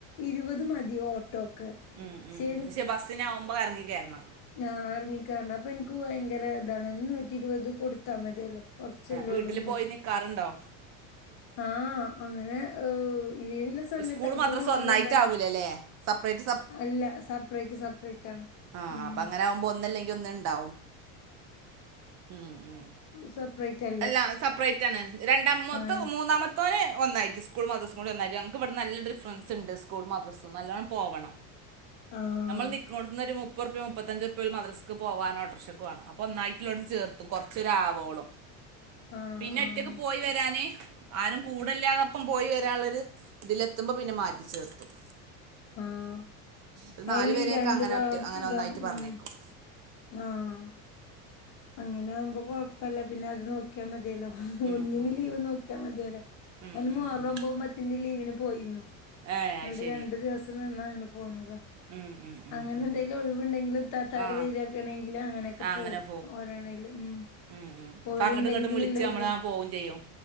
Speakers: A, on the left; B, on the right.
A: ഇരുവത് മതി ഓട്ടോക്ക് പക്ഷെ
B: ഉം ഉം ഉം പക്ഷേ ബസ്സിനാവുമ്പോ എറങ്ങിക്കേറണം
A: ആഹ് എർങ്ങിക്കേറണം അപ്പ എനിക്ക് ഭയങ്കര താണ് നൂറ്റിര് വത് കൊടുത്താ മതിയല്ലോ കൊറച്ചെല്ലൊള്ളൂ
B: വീട്ടിൽ
A: ന്നെര്തും
B: പോയി നിൽക്കാറുണ്ടോ
A: ആഹ് അങ്ങനെ ഏ് ലീവില് സമയത്തൊക്കെ
B: സ്കൂൾ
A: ഇപ്പൊ
B: മദ്രസ
A: മൊഹർറൊമ്പൊഉം
B: ഒന്നായിട്ടാവൂലല്ലേ
A: പത്തു
B: സെപ്പറേറ്റ്
A: അല്ല സപ്പറേറ്റ് സെപ്പറേറ്റ് ആണ്
B: ആഹ്
A: ഉം
B: അപ്പ അങ്ങനാവുമ്പോ ഒന്നല്ലെങ്കി ഒന്ന്ണ്ടാവും ഉം ഉം
A: സപ്റേറ്റായ്
B: അല്ല സപ്പ്റേറ്റാണ് രണ്ടാമ മൊത്തം
A: ആഹ്
B: മൂന്നാമത് ത്തോന് ഒന്നായിറ്റ് സ്കൂൾ മദ്റസെം കൂടി ഒന്നായ്റ്റ് നങ്ങക്ക് ഇവട്ന്ന് നല്ല ട്ട് ഡിഫ്റൻസ്ണ്ട് സ്കൂൾ മദ്റസ്ന്ന് നല്ലോണം പോവണം
A: <inaudible> ആഹ്
B: നമ്മള് നിക്ക്ണോട്ത്ത്ന്നൊരു മു പ്പൊറുപ്യ മുപ്പത്തഞ്ച്റുപ്യ ഓല് മദ്രസക്ക് പോവാനോട്ടർഷക്ക് വാണം അപ്പൊന്നായിട്ടുള്ളോട്ത്ത് ചേർത്തും കൊറച്ചൊരാവോളം
A: ആഹ്
B: പിന്നെ
A: ആഹ്
B: ഒറ്റക്ക് പോയി വരാന് ആരും കൂടല്ലാതെപ്പം പോയി വരാള്ളെര് ഇതിലെത്തുമ്പോ പിന്നെ മാറ്റി ചേർത്തും
A: ആഹ്
B: ഒരു
A: ആ
B: നാലു
A: ഈ
B: വരേക്കങ്ങനെ
A: രണ്ട് ഭാഗ
B: ഒറ്റ് അങ്ങനെ ഒന്നായിറ്റ്
A: ഉം
B: പറഞ്ഞയക്കും
A: ആഹ് അങ്ങനേവുമ്പോ കൊഴപ്പല്ല പിന്നെ അത് നോ ക്കിയാ മതേല്ലോ
B: ഉം
A: ഒന്നിന്
B: ഉം
A: ലീവ്
B: ഉം
A: നോക്കിയാ മതിയല്ലോ
B: ഉം
A: അന്ന് മൊഹറൊമ്പൊം
B: ഉം ഉം
A: പത് ത്തിന്റെ ലീവിന് പോയിന്നു
B: ഏ അത്
A: ന്ന്ട്ട്
B: ശരി
A: രണ്ടു ദിവസം നിന്നാ അങ്ങനെ പോന്നതാ
B: ഉം ഉം ഉം
A: അങ്ങനെന്തേലും
B: ഉം.
A: ഒഴിവ്ണ്ടെങ്കില് ഇത്താത്താര്
B: ആ
A: വരാക്കാണെങ്കില് അങ്ങനെക്കെ
B: ആ,
A: പോവും
B: അങ്ങനെ
A: ണ്ടേല് ഉം
B: ഉം ഉം. അപ്പൊ
A: ഓര്ണ്ടെങ്കിലല്ലേത്
B: അങ്ങോട്ടും ഇങ്ങോട്ടും വിളിച്ച് നമ്മൾ ആ പോവും ചെയ്യും